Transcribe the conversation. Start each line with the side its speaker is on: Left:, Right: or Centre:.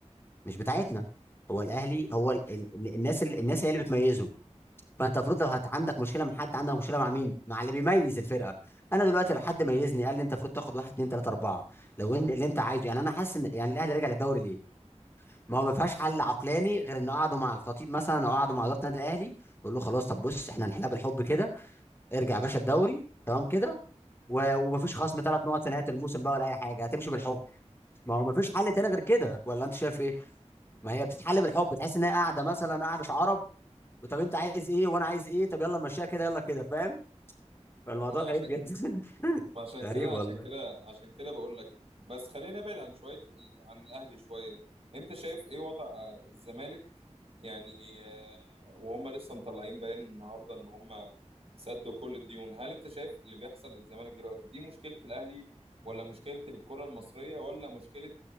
Left: مش بتاعتنا هو الاهلي هو ال... ال... ال- الناس ال... الناس هي اللي بتميزه فانت المفروض لو هت... عندك مشكله مع حد عندك مشكله مع مين مع اللي بيميز الفرقه انا دلوقتي لو حد ميزني قال لي انت المفروض تاخد واحد اتنين تلاته اربعه لو ان... اللي انت عايزه يعني انا حاسس ان يعني الاهلي رجع للدوري ليه ما هو ما فيهاش حل عقلاني غير ان قعدوا مع الخطيب مثلا او قعدوا مع اداره النادي الاهلي وقال له خلاص طب بص احنا هنحلها بالحب كده ارجع يا باشا الدوري تمام كده و... ومفيش خصم ثلاث نقط في نهايه الموسم بقى ولا اي حاجه هتمشي بالحب ما هو مفيش حل تاني غير كده ولا انت شايف ايه ما هي بتتحل بالحب تحس ان هي قاعده مثلا قاعده عرب وطب انت عايز ايه وانا عايز ايه طب يلا نمشيها كده يلا كده فاهم فالموضوع
Right: ما
Left: غريب
Right: عشان
Left: جدا <laughs>
Right: ما عشان
Left: غريب
Right: كده
Left: والله
Right: عشان كده عشان كده بقول لك بس خلينا نبعد عن شوية ال- عن الاهلي شوية انت شايف ايه وضع الزمالك يعني آه، وهم لسه مطلعين بيان النهارده ان هم سدوا كل الديون هل انت شايف اللي بيحصل للزمالك دلوقتي دي مشكلة الاهلي ولا مشكلة الكرة المصرية ولا مشكلة